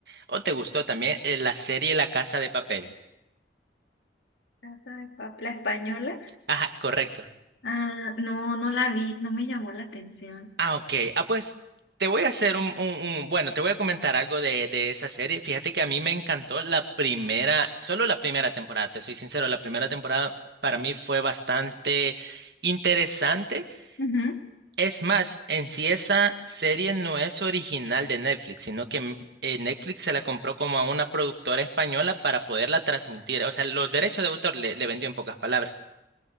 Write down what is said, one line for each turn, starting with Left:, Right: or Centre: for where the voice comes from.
Right: o te gustó también eh, la serie La Casa de Papel.
Left: Casa de Papel, la española.
Right: Ajá, correcto.
Left: Ah, no, no la vi, no me llamó la atención.
Right: Ah, ok. Ah, pues te voy a hacer un, un- un- Bueno, te voy a comentar algo de, de esa serie. Fíjate que a mí me encantó la primera, solo la primera temporada, te soy sincero, la primera temporada para mí fue bastante interesante.
Left: Ujú.
Right: Es más, en sí esa serie no es original de Netflix, sino que mm, eh, Netflix se la compró como a una productora española para poderla transmitir. O sea, los derechos de autor le, le vendió en pocas palabras.